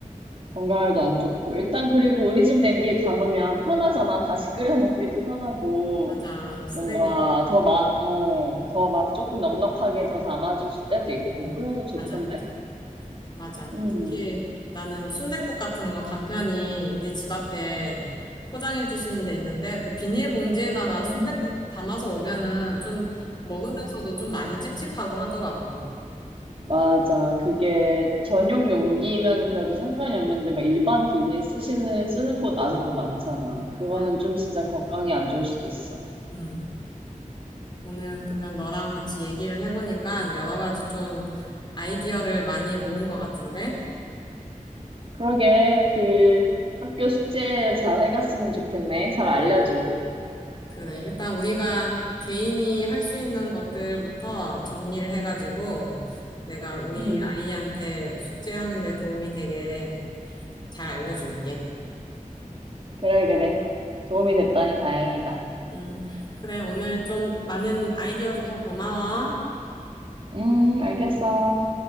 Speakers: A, on the right (about 40°); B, on the left (about 30°).
A: 건강에도 안 좋고. 일단 그리고 우리 집 냄비에 담으면 편하잖아. 다시 끓여 먹기도 편하고,
B: 맞아. 쓰레기도.
A: 뭔가 더 맛, 어, 더 막 조금 넉넉하게 더 담아주실 때도 있고.
B: 음,
A: 그래서 좋던데?
B: 맞아, 맞아. 맞아.
A: 음.
B: 특히 나는 순댓국 같은 거 간편히 우리 집 앞에 포장해 주시는 데 있는데 그 비닐봉지에다가
A: 음.
B: 순댓국 담아서 오면은 좀 먹으면서도 좀 많이 찝찝하고 하더라고.
A: 맞아. 그게 전용 용기면 그래도 상관이 없는데, 막 일반 비닐 쓰시는, 쓰는 곳 아직도 많잖아. 그거는
B: 맞아.
A: 좀 진짜 건강에 안 좋을 수도 있어.
B: 음. 오늘 그러면 너랑 같이 얘기를 해보니까 여러 가지 좀 아이디어를 많이 모은 것 같은데?
A: 그러게, 그 학교 숙제 잘 해갔으면 좋겠네. 잘 알려줘.
B: 그래. 일단 우리가 개인이 할 수 있는 것들부터 정리를 해가지고 내가 우리
A: 음.
B: 아이한테 숙제하는 데 도움이 되게 잘 알려줄게.
A: 그래, 그래. 도움이 됐다니 다행이다.
B: 음, 그래. 오늘 좀 많은 아이디어 줘서 고마워.
A: 음, 알겠어.